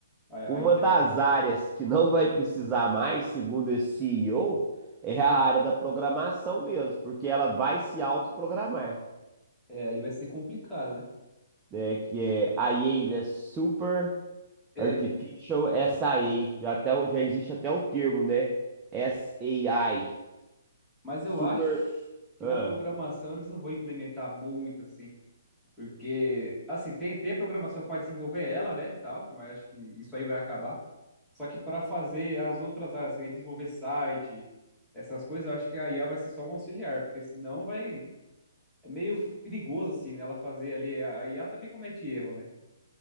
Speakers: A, in the centre; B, on the right.
A: a,
B: uma
A: a inteligência.
B: das áreas que não vai precisar mais, segundo esse CEO, é a área da programação mesmo, porque ela vai se autoprogramar.
A: É, aí vai ser complicado, né?
B: né, que é a EA, né, Super
A: É,
B: Artificial SIA, já até o- já existe até o termo, né, SAI,
A: mas eu
B: Super,
A: acho que
B: ah,
A: na programação eles não vão implementar muito assim. Porque, assim, tem, tem a programação para desenvolver ela, né, tal, mas acho que isso aí vai acabar. Só que para fazer as outras áreas, assim, desenvolver site, essas coisas, eu acho que a IA vai ser só um auxiliar, porque senão vai... É meio perigoso, assim, né, ela fazer ali... A IA também comete erro, né?